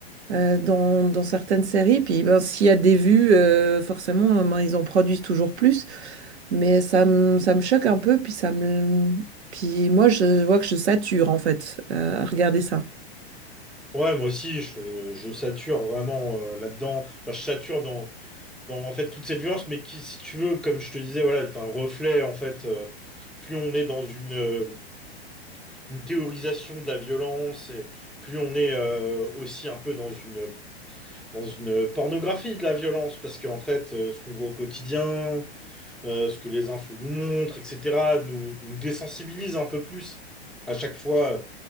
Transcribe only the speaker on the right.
euh, dans, dans certaines séries, puis ben, s'il y a des vues, euh, forcément, ben, ils en produisent toujours plus. Mais ça me, ça me choque un peu, puis ça me... Puis moi, je vois que je sature, en fait, euh, à regarder ça.